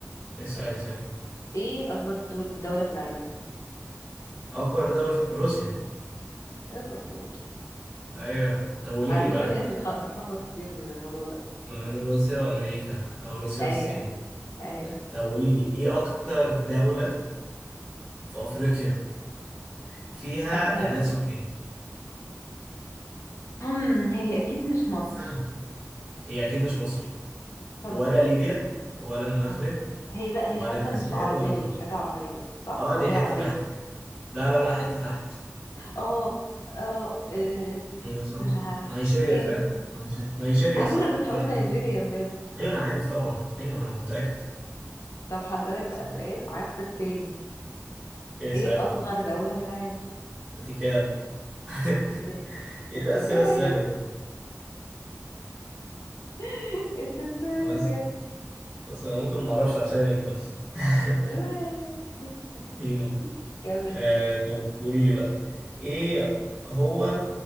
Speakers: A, in the centre; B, on the left.
A: اسالي اسالي
B: ايه اكبر دول... دوله في العالم
A: اكبر دولة في روسيا
B: ايه ده في الدول
A: ايوه طب قولي
B: على
A: لي بقى
B: فكره في ناس بتخ... بتلخبط كتير من الموضوع ده
A: ما بين روسيا وامريكا او روسيا
B: ايوه
A: والصين
B: أي
A: طب قولي لي ايه اكتر دولة في افريقيا فيها
B: أكتر
A: تعداد سكاني
B: <clears throat> هي أكيد مش مصر
A: آه. هي اكيد مش مصر
B: طب
A: ولا ليبيا ولا المغرب
B: معرف- هي لا هي
A: ولا
B: حتى
A: الجزائر
B: مش عربية
A: ولا تونس
B: مش حاجة عربية صح
A: اه دي
B: ولا
A: حتة
B: هي عربية
A: تحت كده لا لا لا حتة تحت
B: اه اه إيه،
A: ايوه صح
B: مش عارف
A: نيجيريا
B: ايه
A: فعلا نيج- نيجيريا
B: على
A: صح
B: فكرة كنت هقول
A: نيجيريا
B: نيجيريا بجد
A: ايوه انا عارف طبعا ايوه انا متأكد
B: طب هسألك
A: صح.
B: بقى سؤال عكس التاني
A: إيه، اسألي
B: ايه أصغر دولة في العالم
A: انت كام <laughs>
B: إيه،
A: ايه
B: انت
A: الأسئلة
B: ازاي عارف
A: السهلة دي
B: <laughs> انت ازاي عارف
A: بس
B: يا
A: بس انا ممكن ما اعرفش عشانك بس <laughs>
B: <laughs>
A: مم.
B: كمل
A: آه
B: طيب
A: طب قولي لي بقى ايه هو